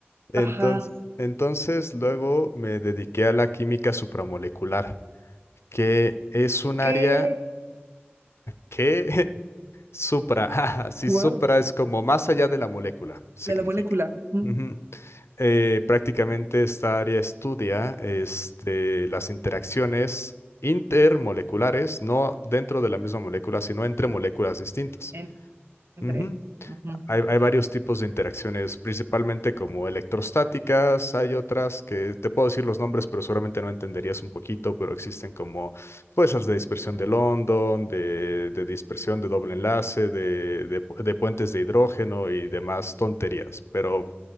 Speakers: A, on the left; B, on the right.
A: Entonces,
B: Ajá,
A: entonces luego me dediqué a la química supramolecular. que es un
B: qué
A: área que <laughs> supra, <laughs> si
B: wow,
A: supra es como más allá de la molécula, significa.
B: de la molécula. Ujú,
A: Ujú. Eh, prácticamente esta área estudia este, las interacciones intermoleculares, no dentro de la misma molécula, sino entre moléculas distintas.
B: en- Entre.
A: Ujú.
B: ujú.
A: Hay, hay varios tipos de interacciones, principalmente como electrostáticas, hay otras que te puedo decir los nombres, pero seguramente no entenderías un poquito, pero existen como fuerzas de dispersión de London, de, de dispersión de doble enlace, de, de pu- de puentes de hidrógeno y demás tonterías, pero